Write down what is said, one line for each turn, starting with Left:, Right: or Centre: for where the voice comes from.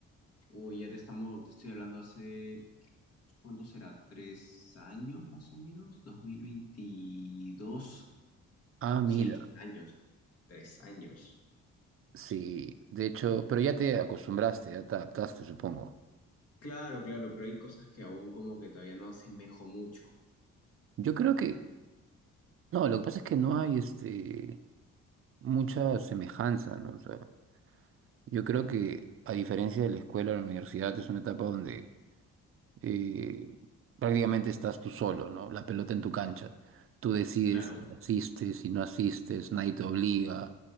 Left: Uy, ya te estamos, te estoy hablando hace, ¿cuánto será? ¿Tres años más o menos? ¿2022?
Right: Ah, mira.
Left: Sí, tres años. Tres años.
Right: Sí, de hecho, pero ya te acostumbraste, ya te adaptaste, supongo.
Left: Claro, claro, pero hay cosas que aún como que todavía no asemejo mucho.
Right: Yo creo que, no, lo que pasa es que no hay este. mucha semejanza, ¿no? O sea, yo creo que a diferencia de la escuela, la universidad es una etapa donde eh, prácticamente estás tú solo, ¿no? La pelota en tu cancha. Tú decides
Left: Claro,
Right: si asistes, si no asistes, nadie te obliga,